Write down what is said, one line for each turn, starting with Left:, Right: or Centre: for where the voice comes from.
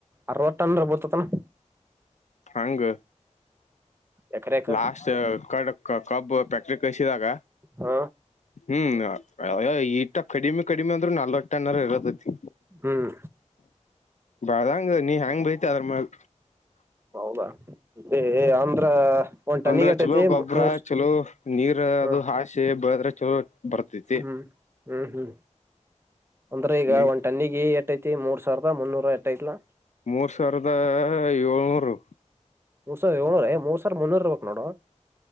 Right: ಅರವತ್ತು ಟನ್ರ ಬೀಳ್ತೈ. ಹ.
Left: ಹಂಗ.
Right: ಎಕರೆಕ
Left: ಲಾಸ್ಟ್ ಕಡ ಕಬ್ ಫ್ಯಾಕ್ಟರಿ ಕಳ್ಸಿದ್ದಾಗ
Right: ಹ
Left: ಹ್ಮ್. ಅ ಅಯ ಈಟ ಕಡಿಮೆ ಕಡಿಮೆ ಅಂದ್ರನು ನಲವತ್ತು ಟನ ಇರತೈತಿ.
Right: ಹ್ಮ್
Left: ಬೆಳದಂಗ ನೀ ಹೆಂಗ್ ಬೆಳಿತಿ ಅದರ ಮ್ಯಾಲ.
Right: ಹೌದಾ ಏ ಏ ಅಂದ್ರ ಒಂದ್ ಟನ್ನಿಗೆ
Left: ಅಂದ್ರೆ
Right: ಎಟೈತಿ
Left: ಚಲೋ ಗೊಬ್ರ
Right: ಮೂರ್
Left: ಚಲೋ ನೀರ್ ಅದು
Right: ಹ
Left: ಹಾಸಿ ಬೆಳದ್ರೆ ಚಲೋ ಬರ್ತೈತಿ
Right: ಹ್ಮ್ ಹ್ಮ್ ಹ್ಮ್ ಅಂದ್ರ ಈಗ
Left: ನೀ
Right: ಒಂದ ಟನ್ನಿಗೆ ಎಟೖತಿ ಮೂರ್ ಸಾವ್ರದ ಮುನ್ನೂರ ಎಟೖತ್ನ.
Left: ಮೂರ್ ಸಾವ್ರದ ಏಳ್ನೂರು.
Right: ಮೂರ್ ಸಾವ್ರದ ಏಳ್ಳೂರ ಏ ಮೂರ್ ಸಾವ್ರದ್ ಮುನ್ನೂರು ಇರಬೇಕ್ ನೋಡೋ.